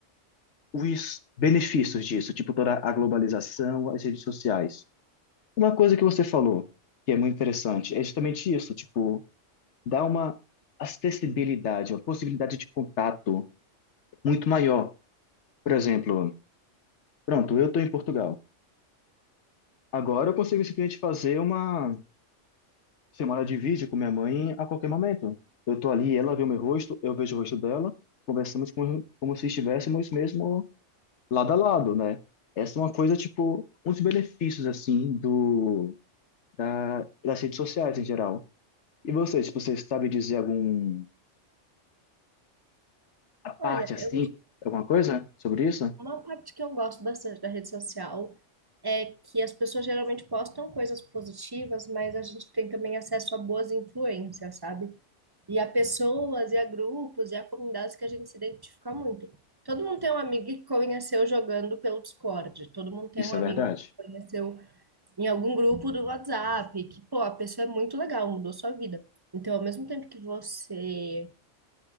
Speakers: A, on the left; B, on the right.
A: os benefícios disso, tipo toda a globalização, as redes sociais. Uma coisa que você falou, que é muito interessante, é justamente isso, tipo, dá uma acessibilidade, uma possibilidade de contato muito maior. Por exemplo, pronto, eu estou em Portugal. Agora eu consigo simplesmente fazer uma chamada de vídeo com minha mãe a qualquer momento. Eu estou ali, ela vê o meu rosto, eu vejo o rosto dela, conversamos como, como se estivéssemos mesmo lado a lado, né? Essa é uma coisa, tipo, um dos benefícios, assim, do, da, das redes sociais em geral. E você, tipo, você sabe dizer algum, a parte,
B: Olha,
A: assim,
B: eu,
A: alguma coisa sobre isso?
B: uma parte que eu gosto bastante da rede social é que as pessoas geralmente postam coisas positivas, mas a gente tem também acesso a boas influências, sabe? e a pessoas, e a grupos, e a comunidades que a gente se identifica muito. Todo mundo tem um amigo que conheceu jogando pelo Discord, todo mundo tem
A: Isso
B: um amigo
A: é verdade.
B: que conheceu em algum grupo do WhatsApp, que, pô, a pessoa é muito legal, mudou sua vida. Então, ao mesmo tempo que você.